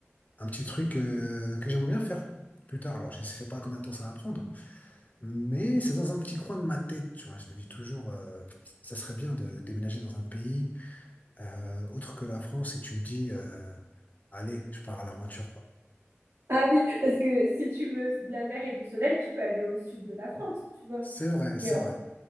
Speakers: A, on the left; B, on the right.
A: un petit truc euh, que j'aimerais bien faire plus tard. Alors, je sais pas combien de temps ça va prendre, mais c'est dans un petit coin de ma tête, tu vois. Je me dis toujours, euh, ça serait bien de déménager dans un pays euh, autre que la France et tu te dis, euh, allez, je pars à l'aventure, quoi.
B: Ah oui, parce que si tu veux de la mer et du soleil, tu peux aller au sud de la France, tu vois.
A: C'est vrai,
B: Mais,
A: c'est
B: en-
A: vrai.